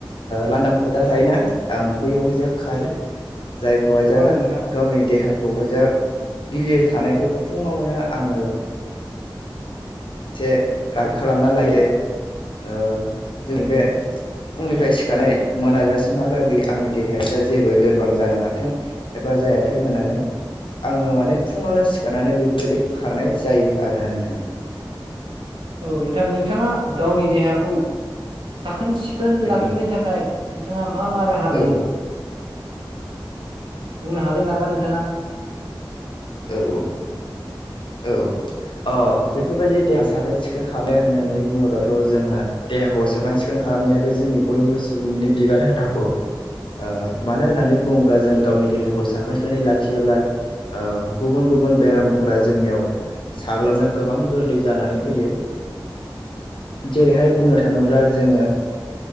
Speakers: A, on the left (about 75°); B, on the right (about 80°).
A: लांदां फोथार थायोना आं बैयावहाय जों खारो। जायखौहाय जा
B: औ नोंथां
A: गावनि देहाखौहाय जा। गिलिर थानायखौ फुङाव मोननो आङो। एसे राद खालामना लायो ओ जोंनि बे फुंनिफ्राय सिखारनाय मोनाजासिमहालागै आंनि देहाया जा जेबो लोरबां जानो हाथों। एबा जायाथों होनानै। आङो माने फुङावनो सिखारनानै बेफोरबायदि खारनाय जायो आरोना नोंथां।
B: औ नोंथां नोंथाङा गावनि देहाखौ साखोन सिखोन
A: नंगौ
B: लाखिनो थाखाय। नोंथाङा मा मा राहा लायो
A: औ
B: बुंनो हागोन नामा नोंथाङा?
A: औ औ औ अ बेफोरबायदि देहा साखोन सिखोन खालामनाय होननानै बुङोब्लाथ' जोंहा। देहाखौ साखोन सिखोन खालामनाया बे जोंनि बयनिबो सुबुंनिनो बिबार होनांगौ। ओ मानो होननानै बुङोब्ला जों गावनि देहाखौ साखोन सिखोनै लाखियाब्ला ओ गुबुन गुबुन बेरामफोरा जोंनियाव साग्लोबनो गोबां गोरलै जानानै फैयो। जेरैहाय बुंनो थाङोब्ला जोङो।